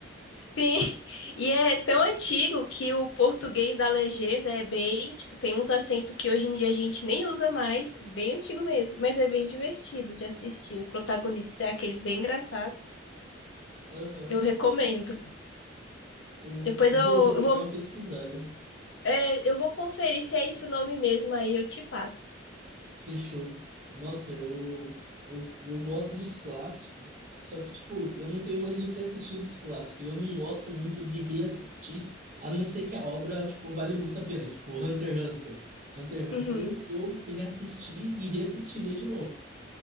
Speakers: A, on the left; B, on the right.
A: Sim, <laughs> e é tão antigo que o português da legenda é bem, tipo, tem uns acentos que hoje em dia a gente
B: <laughs>
A: nem usa mais, bem antigo mesmo, mas é bem divertido de assistir. O protagonista é aqueles bem engraçado.
B: Aham.
A: Eu recomendo.
B: Pô,
A: Depois
B: eu
A: eu,
B: vou, vou
A: eu vou,
B: dar uma pesquisada.
A: é, eu vou conferir se é esse o nome mesmo, aí eu te passo.
B: Fechou. Nossa, eu, eu, eu gosto dos clássicos, só que, tipo, eu não tenho mais o que assistir dos clássicos. Eu não gosto muito de reassistir, a não ser que a obra, tipo, vale muito a pena. Tipo, Hunter x Hunter. Hunter x
A: Uhum.
B: Hunter eu, eu reassisti e reassistiria de novo.